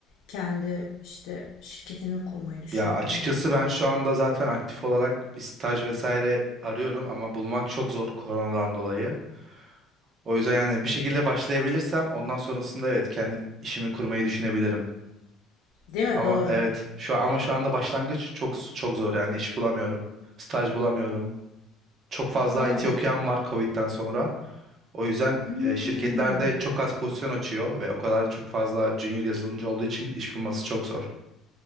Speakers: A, on the left; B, on the right.
A: kendi işte şirketini mi kurmayı düşünüyorsun
B: Ya açıkçası
A: ileride?
B: ben şu anda zaten aktif olarak bir staj vesaire arıyorum ama bulmak çok zor koronadan dolayı. O yüzden yani bir şekilde başlayabilirsem ondan sonrasında evet kendi işimi kurmayı düşünebilirim.
A: Değil mi?
B: Ama
A: Doğru.
B: evet şu ama şu anda başlangıç çok çok zor yani iş bulamıyorum. Staj bulamıyorum. çok fazla
A: Aa.
B: IT okuyan var Covid'den sonra. O yüzden
A: Hmm.
B: e, şirketlerde çok az pozisyon açıyor ve o kadar çok fazla junior yazılımcı olduğu için iş bulması çok zor.